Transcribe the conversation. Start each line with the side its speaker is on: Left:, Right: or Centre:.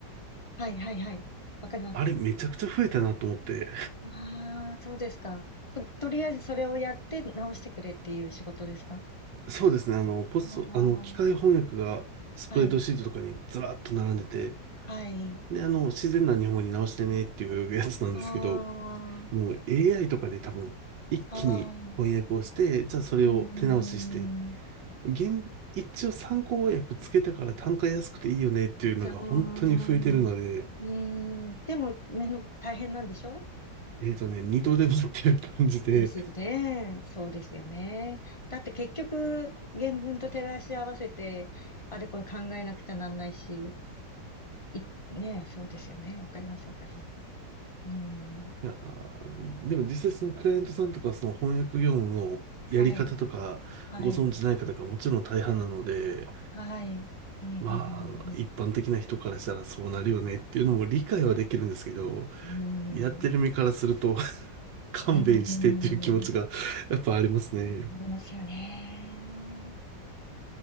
Left: はい、はい、はい。わかります。
Right: あれめちゃくちゃ増えたなと思って。
Left: ああ、そうですか。と、とりあえずそれをやって直してくれっていう仕事ですか
Right: そうですね、あの、ポスト、
Left: ああ
Right: あの、機械翻訳がスプレッドシートとかにずらっと並んでて、
Left: はい、はい。
Right: で、あの、自然な日本語に直してねっていうやつなんですけど、
Left: ああ、
Right: もう AI とかで多分、一気に翻訳をして、
Left: ああ、
Right: じゃあそれを手直しして
Left: うん、うん、うん。
Right: 現、一応参考訳つけたから単価安くていいよねっていうのが本当に増えてるので、
Left: じゃーん。うーん。でも、目の大変なんでしょ
Right: えっとね、二度でもっていう感じで、
Left: ですよね。そうですよね。だって結局、原文と照らし合わせて、あれこれ考えなくちゃなんないし、い、ねえ、そうですよね。わかります、わかります。うん。
Right: いやー、でも実際そのクライアントさんとかその翻訳業務のやり方とかご存知ない方がもちろん大半なので、
Left: はい、はい、はい。うん、
Right: まあ、
Left: うん、
Right: 一般的な人からしたらそうなるよねっていうのも理解はできるんですけど、
Left: うん、
Right: やってる身からすると
Left: うん。
Right: <laughs> 勘弁してっていう気持ちがやっぱありますね。
Left: うん、うんうんありますよね。